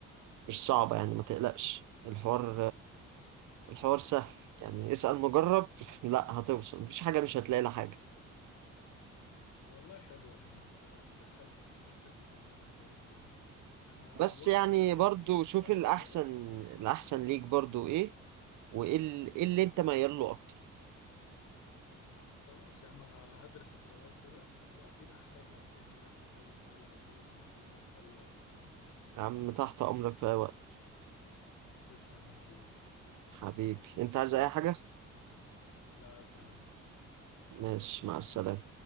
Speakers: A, on the right (about 80°); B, on the left (about 80°).
A: مش صعبة يعني ما تقلقش الحوار الحوار سهل يعني اسأل مجرب لا هتوصل مفيش حاجة مش هتلاقي لها حاجة
B: والله حلو يا عم انت يعني دخلت في دماغي فكرة ان انا احول جامد انا
A: بس
B: بص
A: يعني
B: يعني
A: برضو
B: لو
A: شوف
B: خلاص
A: الأحسن
B: رايح
A: الأحسن ليك برضو إيه وإيه ال- إيه اللي أنت ميال له أكتر
B: خلاص يا عم انا هدرس القرار كده واكيد هحتاج لك تاني يعني في اي سؤال او كده فهكلمك في اي وقت ان شاء الله
A: يا عم تحت أمرك في أي وقت
B: تسلم يا كبير
A: حبيبي أنت عايز أي حاجة؟
B: لا سلام
A: ماشي مع السلامة